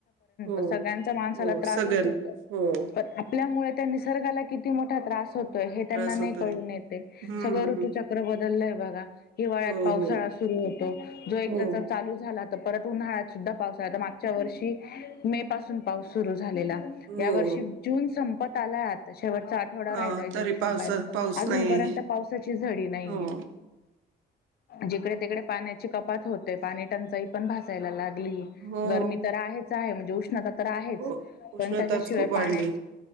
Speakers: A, on the right; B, on the left.
A: हो,
B: सळ्यांचा माणसाला
A: हो.
B: त्रासच
A: सगळ्यांना
B: होतोय
A: हो,
B: पण आपल्यामुळे त्यांनी निसर्गाला किती मोठा त्रास होतो, हे त्यांना
A: त्रास
B: नाही
A: होतोय.
B: कळून येते
A: हं,
B: सगळं ऋतूच्या
A: हं.
B: बदलयं बगा, हिवाळ्यात
A: हो,
B: पावसाळा
A: हो.
B: सुरु होतो जो एकदा
A: हो,
B: चालू झाला परत उन्हाळा- सुद्धा पावसाळ्यात मागच्या वर्षी, मे पासून पाऊस सुरू झालेला
A: हो,
B: या वर्षी
A: हो.
B: जून सम्पत <unintelligible> शेवटचा आठवडा
A: अ,
B: राहिला आहे जून
A: तरी
B: संपायला
A: पावस पाऊस
B: अजूनपर्यंत
A: नाही.
B: पावसाची झडी नाही
A: हो.
B: आहे. जिकडे तिकडे पाण्याची कपात होते पाणी टंचाई पण भसायला लागते-
A: हो,
B: गरमी तर आहेच, आहे म्हणजे उष्णता तर आहेच,
A: हो.
B: पण
A: उष्णताच
B: त्याच्याशिवाय
A: खूप वाढली.
B: पाण्या